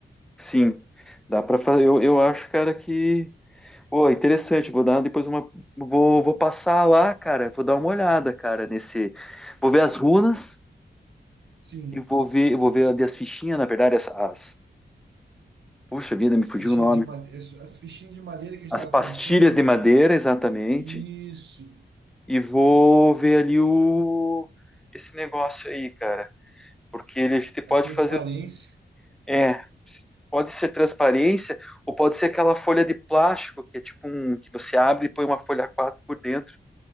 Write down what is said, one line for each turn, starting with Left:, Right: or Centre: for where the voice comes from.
Centre: sim. Dá para fazer. Eu, eu acho, cara, que. Pô, é interessante. Vou dar depois uma. Vou, vou passar lá, cara. Vou dar uma olhada, cara, nesse. Vou ver as runas
Right: Sim.
Centre: e vou ver, eu vou ver ali as fichinhas, na verdade, as, as- Puxa vida, me
Right: Fichinha
Centre: fugiu o nome.
Right: de madeira, as fichinhas de madeira que a
Centre: As
Right: gente estava
Centre: pastilhas
Right: pensando, né?
Centre: de madeira, exatamente.
Right: Isso,
Centre: E vou ver ali o. Esse negócio aí, cara. porque ele, a gente pode
Right: a transparência.
Centre: fazer, é, pode ser transparência ou pode ser aquela folha de plástico que é tipo um que você abre e põe uma folha A 4 por dentro.